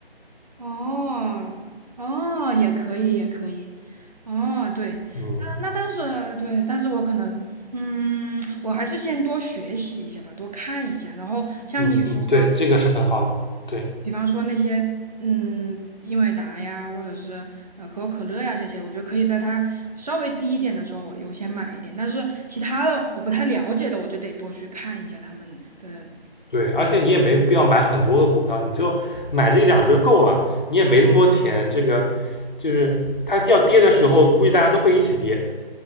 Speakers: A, on the right; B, on the left.
A: 哦，哦，也可以，也可以。哦，对，
B: 嗯。
A: 那那但是对，但是我可能，嗯，我还是先多学习一下吧，多看一下。然后像你说的，
B: 嗯嗯，对，这个是很好的，对
A: 比方说那些，嗯，英伟达呀，或者是呃可口可乐呀这些，我觉得可以在它稍微低一点的时候，我优先买一点。但是其他的我不太了解的，我就得多去看一下他们的，
B: 对，而且你也没必要买很多个股票，你就买这一两只就够了，你也没那么多钱，这个就是它要跌的时候，估计大家都会一起跌，